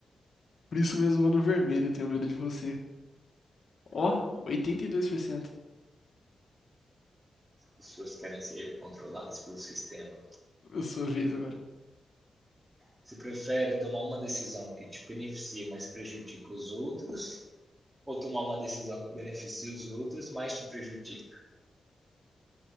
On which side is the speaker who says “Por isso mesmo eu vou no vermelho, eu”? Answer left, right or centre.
Left